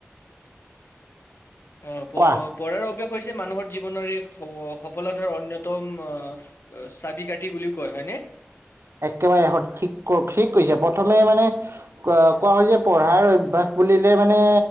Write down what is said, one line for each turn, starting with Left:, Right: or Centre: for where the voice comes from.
Left: অ, প,
Right: কোৱা।
Left: প। হৈছে মানুহৰ জীৱনৰ এক সফলতাৰ অন্যতম আহ চাবি কাঠি বুলিও কয় হয়নে, ।
Right: একেবাৰে ঠিক ঠিক কৈছে প্ৰথমে মানে কোৱা যে পঢ়াৰ অভ্য়াস বুলিলে মানে